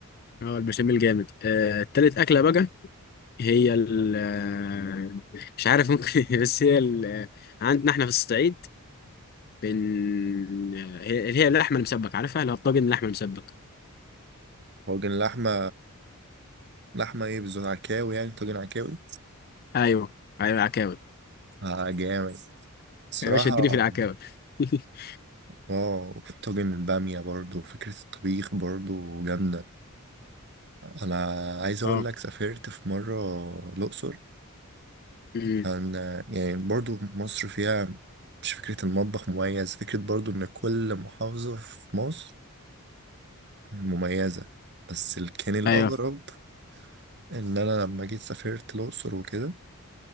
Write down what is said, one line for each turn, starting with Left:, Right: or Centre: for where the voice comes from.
Left: اه البشاميل جامد آه، التالت اكله بقى هي ال آه، مش عارف ممكن <laughs> بس هي ال آه، عندنا احنا في الصعيد بن آه، هي اللي هي اللحمه المسبك عارفها اللي هو الطاجن اللحمه المسبك
Right: طاجن لحمة لحمة ايه بالظبط عكاوي يعني طاجن عكاوي
Left: ايوه ايوه عكاوي
Right: اه جامد الصراحة
Left: يا باشا اديني في العكاوي <laughs>
Right: اه وفي طاجن البامية برضو فكرة الطبيخ برضو جامدة أنا عايز أقول
Left: اه
Right: لك سافرت في مرة الأقصر
Left: مم.
Right: كان يعني برضو مصر فيها مش فكرة المطبخ مميز فكرة برضو إن كل محافظة في مصر مميزة بس اللي كان الأغرب
Left: ايوه
Right: إن أنا لما جيت سافرت الأقصر وكده